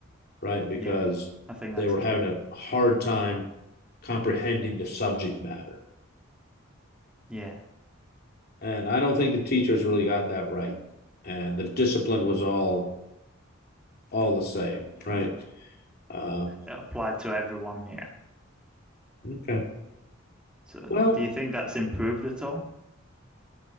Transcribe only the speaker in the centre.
yeah, I think that's
key.
Yeah,
it applied to everyone. Yeah.
So
do you think that's improved at all?